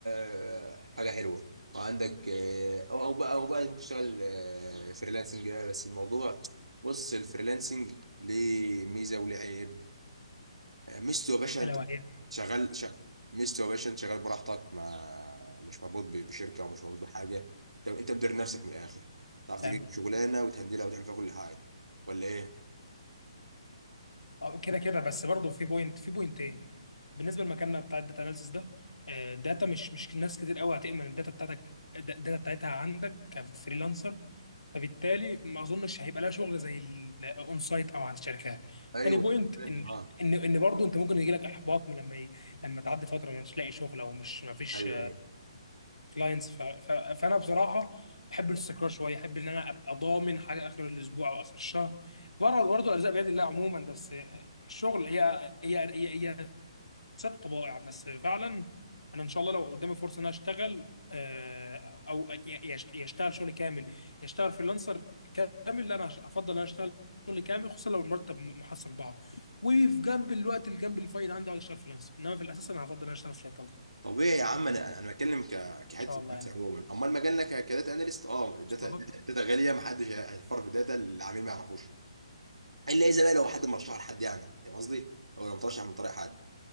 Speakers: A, on the right (about 80°); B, on the left (about 80°).
A: آه، حاجه حلوه وعندك آه، او او بقى او بقى ممكن تشتغل آه، فريلانسنج ده بس الموضوع بص الفريلانسنج ليه ميزه وليه عيب آه، ميزته يا باشا
B: الا
A: انت
B: وهي
A: شغال ش... ميزته يا باشا انت شغال براحتك ما مش مربوط ب- بشركه ومش مربوط بحاجه طب انت مدير نفسك من الاخر تعرف تجيب
B: حلو
A: شغلانه وتهندلها وتعمل فيها كل حاجه ولا ايه؟
B: آه، كده كده بس برضه في بوينت في بوينتين بالنسبه لمكاننا بتاع الداتا اناليسيس ده آه، الداتا مش مش ناس كتير قوي هتامن الداتا بتاعتك الداتا بتاعتها عندك كفريلانسر فبالتالي ما اظنش هيبقى لها شغل زي الاون سايت او عند الشركات
A: ايوه
B: تاني بوينت
A: فاهم
B: ان
A: اه
B: ان ان برضه انت ممكن يجي لك احباط من لما ي... لما تعدي فتره مش لاقي شغل او مش ما فيش
A: ايوه ايوه
B: كلاينتس ف... ف... فانا بصراحه بحب الاستقرار شويه احب ان انا ابقى ضامن حاجه اخر الاسبوع او اخر الشهر برضه برضه الارزاق بيد الله عموما بس آه، الشغل هي هي هي, هي ست طبائع بس فعلا انا ان شاء الله لو قدامي فرصه ان انا اشتغل آه، او يش- يشتغل شغل كامل يشتغل فريلانسر كامل لا انا هش- افضل ان انا اشتغل شغل كامل خصوصا لو المرتب محصل بعض وفي جنب الوقت اللي جنب الفايل عندي اقعد اشتغل فريلانسر انما في الاساس انا هفضل ان انا اشتغل في شركه وكده ان
A: طبيعي يا عم انا انا بتكلم ك كحته
B: شاء
A: الفلوس
B: الله يعني
A: عموما امال مجالنا ك- كداتا اناليست اه الداتا
B: وصل
A: الداتا
B: لك
A: الداتا غاليه ما حدش هيفر في داتا العميل ما يعرفوش الا اذا بقى لو حد مرشح لحد يعني فاهم قصدي او لو مترشح من طريق حد